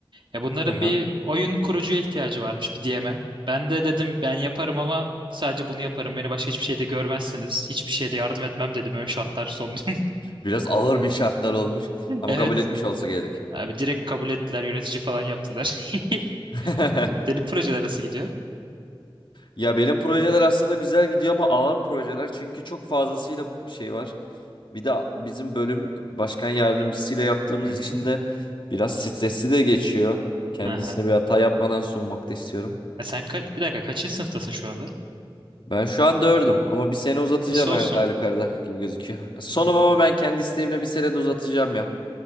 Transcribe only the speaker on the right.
Ya bunların
bir oyun kurucuya ihtiyacı varmış bir DM'e. Ben de dedim ben yaparım ama sadece bunu yaparım. Beni başka hiçbir şeyde görmezsiniz. Hiçbir şeyde yardım etmem dedim. Ön şartlar sundum. <laughs>
Evet.
Abi direkt kabul ettiler. Yönetici falan yaptılar.
<laughs> Dedim projeler nasıl gidiyor?
Hı hı.
Aha.
E sen ka- bir dakika kaçıncı sınıftasın şu anda?
Sonsun.
Hmm.